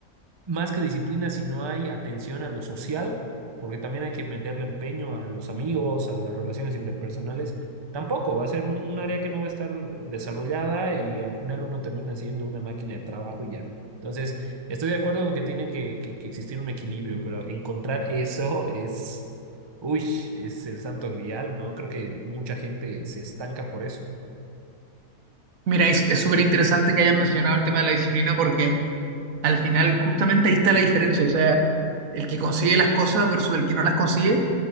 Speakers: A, on the right; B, on the right.
A: más que disciplina, si no hay atención a lo social, porque también hay que meterle empeño a los amigos, a las relaciones interpersonales, tampoco va a ser un, un área que no va a estar desarrollada y al final uno termina siendo una máquina de trabajo y ya. Entonces, estoy de acuerdo con que tiene que, que- que existir un equilibrio, pero encontrar eso es, uy, es el santo grial, ¿no? Creo que mucha gente se estanca por eso.
B: Mira, es súper interesante que hayas mencionado el tema de la disciplina porque Al final, justamente ahí está la diferencia. O sea, el que consigue las cosas versus el que no las consigue